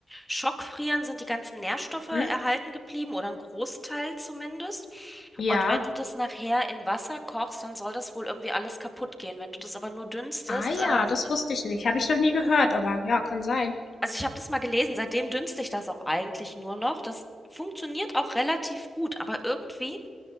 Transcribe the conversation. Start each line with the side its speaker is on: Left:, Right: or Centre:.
Centre: Schockfrieren sind die ganzen Nährstoffe erhalten
Left: Hm?
Centre: geblieben oder ein Großteil zumindest.
Left: Ja.
Centre: Und wenn du das nachher in Wasser kochst, dann soll das wohl irgendwie alles kaputt gehen. Wenn du das aber nur dünstest,
Left: Ah ja,
Centre: äh,
Left: das wusste ich nicht. Habe ich noch nie gehört, aber ja, kann sein.
Centre: Also ich habe das mal gelesen, seitdem dünstle ich das auch eigentlich nur noch. Das funktioniert auch relativ gut, aber irgendwie